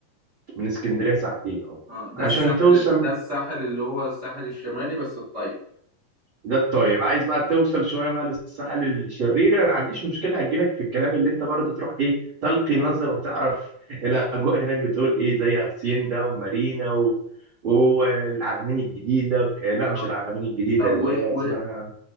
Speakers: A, on the right; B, on the right.
A: من اسكندرية ساعتين أهو
B: اه ده
A: عشان
B: الساحل
A: توصل
B: ده الساحل اللي هو الساحل الشمالي بس الطيب
A: ده الطيب عايز بقى توصل شوية بقى للساحل الشرير أنا ما عنديش مشكلة هجيلك في الكلام اللي أنت برضه تروح إيه تلقي نظرة وتعرف الأجواء هناك بتقول إيه زي هاسيندا ومارينا و... والعلمين الجديدة آه، لا
B: اه
A: مش العلمين الجديدة
B: طب
A: اللي
B: و... و...
A: هي اسمها